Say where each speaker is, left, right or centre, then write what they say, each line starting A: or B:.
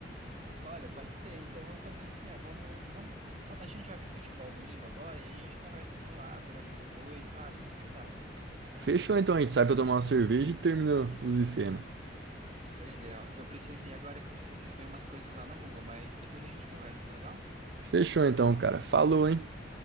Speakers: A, on the right; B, on the right.
A: Olha, pode ser. Então eu vou fazer assim, ó, vamos, vamos... A gente vai pro futebol domingo agora e a gente conversa por lá, conversa depois, sabe? Que tal?
B: Fechou então, a gente sai pra tomar uma cerveja e termina os esquemas.
A: Pois é, ó, eu preciso ir agora que eu preciso resolver umas coisas lá na rua, mas depois a gente conversa, tá legal?
B: Fechou então, cara. Falou, hein?